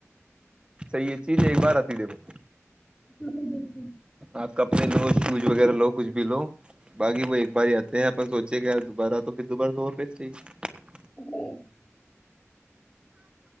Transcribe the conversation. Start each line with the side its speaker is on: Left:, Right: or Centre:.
Right: صحیح ہے چیز ایک بار آتی دیکھو
Left: بالکل بالکل
Right: آپ کپڑے لو شوز وغیرہ لو کچھ بھی لو باقی وہ ایک بار ہی آتے ہیں اپن سوچے کہ یار دوبارہ تو پھر دوبارہ تو اور پج چاہیے
Left: ج <unintelligible>